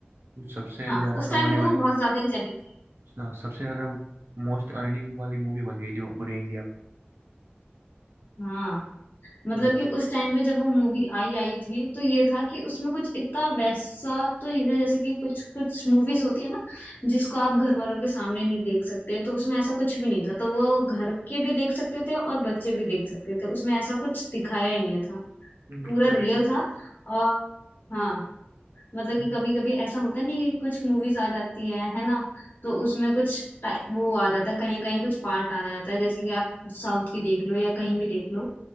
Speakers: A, on the right; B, on the left.
A: वो सबसे
B: हाँ
A: ज्यादा
B: उस
A: कमाने
B: टाइम पे
A: वाली
B: तो वो बहुत ज्यादा ही चली थी
A: स- सबसे ज्यादा मोस्ट अर्निंग वाली मूवी बन गई थी वो पूरे इंडिया में
B: हाँ मतलब
A: मतलब
B: कि उस टाइम पे जब वो मूवी आई आई थी तो ये था कि उसमें कुछ इतना वैसा तो नहीं था जैसे कि कुछ कुछ मूवीज होती है ना जिसको आप घर वालों के सामने नहीं देख सकते तो उसमें ऐसा कुछ भी नहीं था तो वो घर के भी देख सकते थे और बच्चे भी देख सकते थे उसमें ऐसा कुछ दिखाया ही नहीं था
A: कि- बिल्कुल
B: पूरा रियल
A: बिल्कुल
B: था और हाँ मतलब
A: हम्म,
B: कि कभी कभी ऐसा होता नहीं कि कुछ मूवीज आ जाती है है ना तो उसमें कुछ टाइ- वो आ जाता है कहीं कहीं कुछ पार्ट आ जाता है जैसे कि आप साउथ की देख लो या कहीं भी देख लो